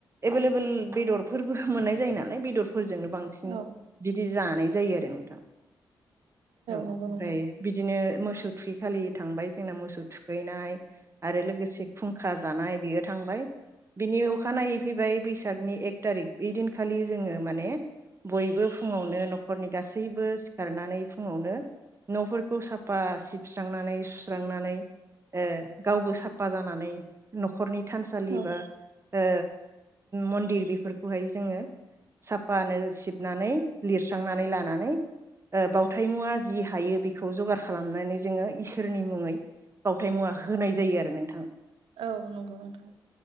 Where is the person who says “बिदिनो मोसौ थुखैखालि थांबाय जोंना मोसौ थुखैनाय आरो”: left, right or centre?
Right